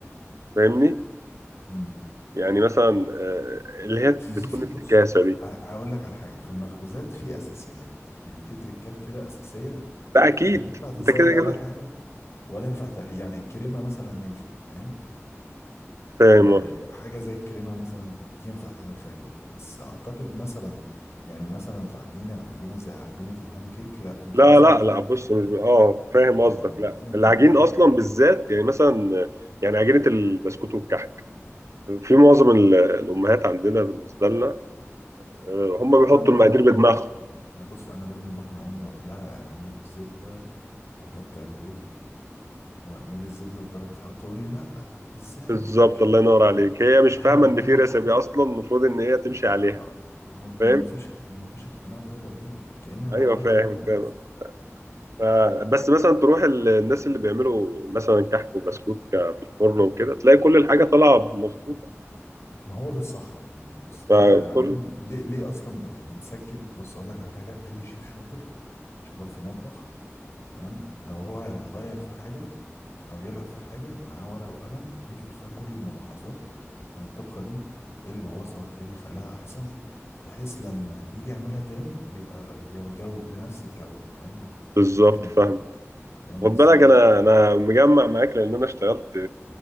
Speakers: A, on the right; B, on the left.
A: فاهمني
B: امم
A: يعني مثلا آه، اللي هي
B: في
A: بتكون
B: في
A: افتكاسة
B: بص
A: دي
B: ه- هقول لك على حاجة في المخبوزات في اساسيات يعني في تريكات كده اساسية
A: لا أكيد
B: لا ينفع تزود
A: أنت كده
B: عليها
A: كده
B: حاجة ولا ينفع تقلل يعني الكريمة مثلا ينفع فاهم
A: فاهم
B: يعني حاجة حاجة زي الكريمة مثلا ينفع تعمل فيها كده بس أعتقد مثلا يعني مثلا في عجينة عجينة زي عجينة الهاني كيك لا أنت
A: لا
B: لازم
A: لا
B: تعملها
A: لا بص مش ب... اه فاهم قصدك
B: اه
A: لا
B: لازم تعملها
A: العجين
B: بعد
A: أصلا
B: الحذافير
A: بالذات يعني مثلا آه، يعني عجينة البسكوت والكحك في معظم ال- الأمهات عندنا بالنسبة لنا آه، هم بيحطوا
B: أنا بقنع
A: المقادير
B: أمي
A: بدماغهم
B: دايما ده بص أنا دايما بقنع أمي أقول لها اعملي بزبدة وحط بيض واعملي الزبدة بدرجة حرارة تقول لي لا إزاي
A: بالظبط
B: ده مش عارف
A: الله ينور
B: إيه
A: عليك هي مش
B: ده
A: فاهمة
B: إحنا بنعملها
A: إن في رecipe
B: كده
A: أصلا المفروض إن هي تمشي عليها
B: اه وما-
A: فاهم
B: ما فيش ما فيش اقتناع بربع جنيه كأني بقول
A: أيوه
B: لها
A: فاهم
B: حاجة غلط
A: فاهم
B: بس
A: فبس مثلا تروح ال- الناس اللي بيعملوا مثلا كحك وبسكوت ك- في الفرن وكده تلاقي كل الحاجه طالعه مظبوطه
B: ما هو ده الصح عموما بص انت
A: فاهم
B: عموما
A: فكل
B: ليه ليه اصلا بن بنسجل بص اقول لك على حاجه اي شيف شاطر شغال في مطبخ تمام لو هو يغير في حاجه او يلعب في حاجه معاه ورقه وقلم بيكتب فيها كل الملاحظات عن الطبخه دي ايه اللي بوظها ايه اللي خلاها احسن بحيث لما يجي يعملها تاني يبقى يبقى الجو- بنفس الجوده فاهم ما
A: بالظبط
B: ما تقلش
A: فاهم
B: فاهم
A: خد
B: قصدي
A: بالك
B: ايه
A: انا انا مجمع معاك لان انا اشتغلت